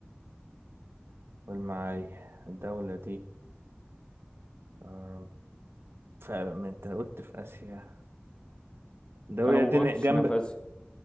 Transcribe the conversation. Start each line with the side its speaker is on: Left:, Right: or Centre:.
Right: قول معايا الدولة دي آه، ف- ما أنت قلت في آسيا الدولة
Left: انا ما
Right: دي
Left: قلتش
Right: ن- جنب
Left: انها في اسيا